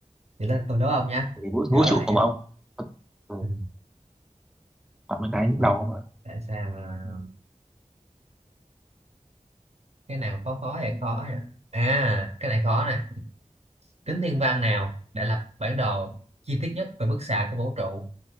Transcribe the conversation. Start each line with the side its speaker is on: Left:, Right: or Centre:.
Right: thì đó, tôi đố ông nhá
Centre: thì vũ,
Right: gỡ
Centre: vũ trụ
Right: lại nhá
Centre: mà ông ừ.
Right: ừ.
Centre: toàn mấy cái nhức
Right: không,
Centre: đầu mà
Right: tại sao mà cái nào khó khó hay khó nhỉ à cái này khó này kính thiên văn nào đã lập bản đồ chi tiết nhất về bức xạ của vũ trụ